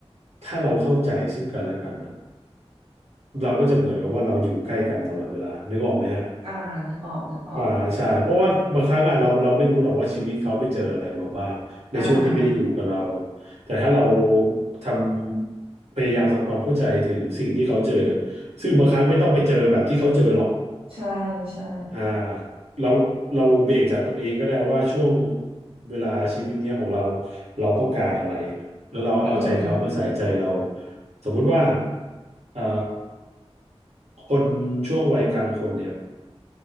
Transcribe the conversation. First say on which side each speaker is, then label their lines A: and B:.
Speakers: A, on the right; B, on the right.
A: ถ้าเราเข้าใจซึ่งกันและกันน่ะเราก็จะเหมือนกับว่าเราอยู่ใกล้กันตลอดเวลานึกออกไหมฮะ
B: อ่านึกออกนึกออก
A: อ่าใช่เพราะว่าบางครั้งอ่ะเราเราไม่รู้หรอกว่าชีวิตเขาไปเจออะไรมาบ้างในช่วงที่ไม่ได้อยู่กับเรา
B: อ่า
A: แต่ถ้าเราทำพยายามทำความเข้าใจถึงสิ่งที่เขาเจอซึ่งบางครั้งไม่ต้องไปเจอแบบที่เขาเจอหรอก
B: ใช่ใช่
A: อ่าเราเราเบรกจากตัวเองก็ได้ว่าช่วงเวลาชีวิตเนี้ยของเราเราต้องการอะไรแล้วเราเอาใจเขามาใส่ใจเรา
B: อืม
A: สมมุติว่าเอ่อคนช่วงวัยกลางคนเนี่ย